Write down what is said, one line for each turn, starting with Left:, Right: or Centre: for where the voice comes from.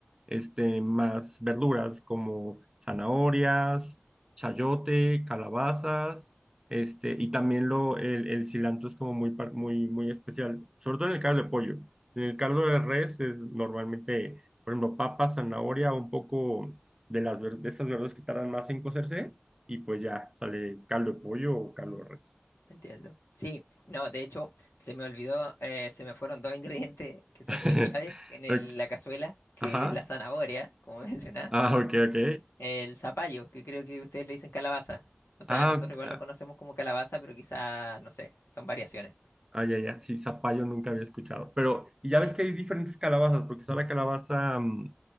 Right: este, más verduras como zanahorias, chayote, calabazas Este, y también lo, el, el cilantro es como muy, par- muy, muy especial, sobre todo en el caldo de pollo. En el caldo de res es normalmente, por ejemplo, papa, zanahoria, un poco de las ver- de esas verduras que tardan más en cocerse, y pues ya sale caldo de pollo o caldo de res.
Left: Entiendo. Sí, no, de hecho, se me olvidó, eh, se me fueron dos <laughs> ingredientes que son
Right: <laughs>
Left: muy claves en el-
Right: Ok,
Left: la cazuela, que
Right: Ajá.
Left: es la zanahoria, como <laughs> mencionaba,
Right: Ah, ok, ok.
Left: y el zapallo, que creo que ustedes le dicen calabaza. O sea,
Right: Ah,
Left: nosotros
Right: ok.
Left: igual lo conocemos como calabaza, pero quizá, no sé, son variaciones.
Right: Ah, ya, ya, sí, zapallo nunca había escuchado. Pero, y ya
Left: Sí,
Right: ves que hay diferentes calabazas, porque está la calabaza mm,